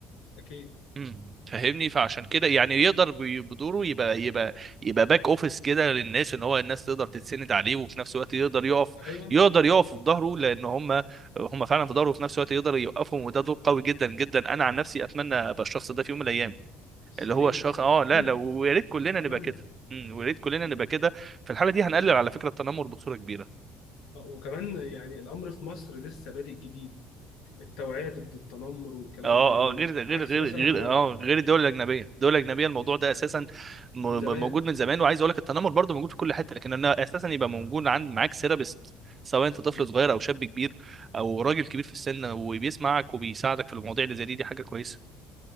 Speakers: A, on the left; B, on the right.
A: اكيد
B: امم فاهمني فعشان كده يعني يقدر بي- بدوره يبقى يبقى يبقى باك اوفيس كده للناس ان هو الناس تقدر تتسند عليه وفي نفس الوقت يقدر يقف
A: ايوه
B: يقدر يقف في ظهره لان هم هم فعلا في ظهره وفي نفس الوقت يقدر يوقفهم وده دور قوي جدا جدا انا عن نفسي اتمنى ابقى الشخص ده في يوم من الايام
A: سليم
B: اللي هو الشخص
A: سيكون
B: اه لا
A: انا
B: لا ويا ريت كلنا
A: اتمنى
B: نبقى كده امم ويا ريت كلنا
A: مم.
B: نبقى كده في الحاله دي هنقلل على فكره التنمر بصوره كبيره
A: وكمان يعني الامر في مصر لسه بادئ جديد التوعيه ضد التنمر والكلام
B: اه
A: ده يعني
B: اه غير غير
A: عكس
B: غير
A: مثلا
B: غير
A: بره
B: اه
A: اه
B: غير الدول الاجنبيه الدول الاجنبيه الموضوع
A: مم.
B: ده
A: يعني
B: اساسا م-
A: من
B: م-
A: زمان
B: موجود من زمان وعايز اقول لك التنمر برضه موجود في كل حته لكن انه اساسا يبقى موجود عند معاك سيرابيست سواء انت طفل
A: مم.
B: صغير او شاب كبير او راجل كبير في السن وبيسمعك وبيساعدك في المواضيع اللي زي دي دي حاجه كويسه